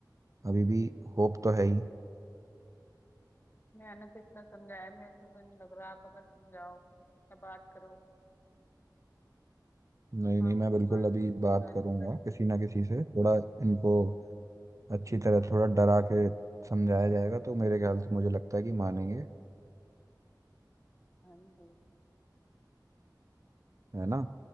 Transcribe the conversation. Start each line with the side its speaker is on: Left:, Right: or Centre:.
Right: अभी भी होप तो है ही
Left: मैंने तो इतना समझाया मेरे से तो नहीं लग रहा आप अगर समझाओ या बात करो
Right: नहीं
Left: आप
Right: नहीं मैं बिल्कुल
Left: मान लें
Right: अभी
Left: तो
Right: बात
Left: बतानी
Right: करूंगा
Left: पड़
Right: किसी ना किसी से थोड़ा इनको अच्छी तरह थोड़ा डरा के समझाया जाएगा तो मेरे ख्याल से मुझे लगता है कि मानेंगे
Left: हाँ जी
Right: है ना